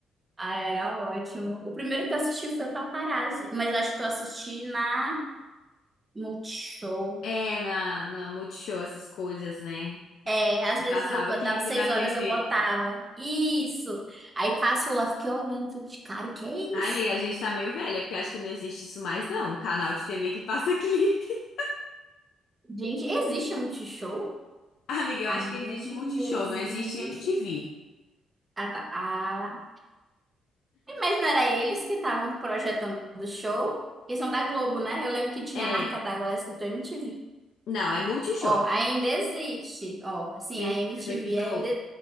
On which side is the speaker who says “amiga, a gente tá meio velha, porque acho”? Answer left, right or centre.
Left